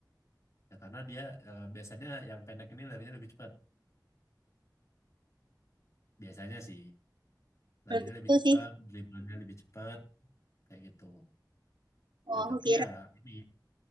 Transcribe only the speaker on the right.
Belum tentu
sih.
Oh
aku
kira